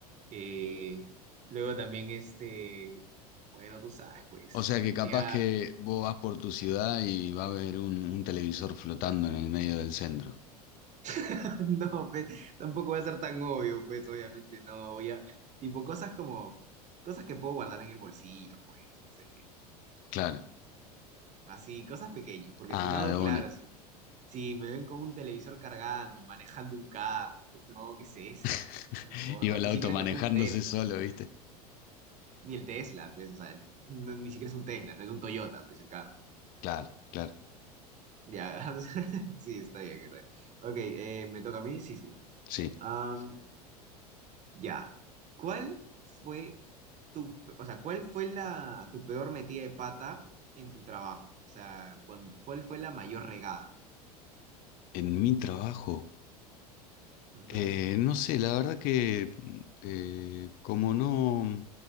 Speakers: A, on the right (about 35°); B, on the left (about 45°).
A: eh, luego también este, bueno, tú sabes, pues,
B: O
A: coquetear.
B: sea que capaz que vos vas por tu ciudad y va a haber un, un televisor flotando en el medio del centro.
A: <laughs> No, pe- tampoco va a ser tan obvio, pues, obviamente no. Voy a, tipo, cosas como, cosas que puedo guardar en el bolsillo, pues, no sé.
B: Claro.
A: Así, cosas pequeñas, porque
B: Ah,
A: si no,
B: de una.
A: claro, si Si me ven con un televisor cargando, manejando un carro, pues no, ¿qué es eso?
B: <laughs>
A: No hay forma,
B: Iba el
A: ni
B: auto
A: siquiera
B: manejándose
A: que fuera un Tesla,
B: solo, ¿viste?
A: ni el Tesla, pues, o sea, no- ni siquiera es un Tesla, no es un Toyota, pues el carro.
B: Claro, claro.
A: Ya, <laughs> o sea, sí, está bien, está bien. Ok, eh, ¿me toca a mí? Sí, sí.
B: Sí.
A: Am, ya. ¿Cuál fue tu, o sea, cuál fue la, tu peor metida de pata en tu trabajo? O sea, cuan- ¿cuál fue la mayor regada?
B: En mi trabajo,
A: Ujú,
B: eh, no sé, la verdad que eh, como no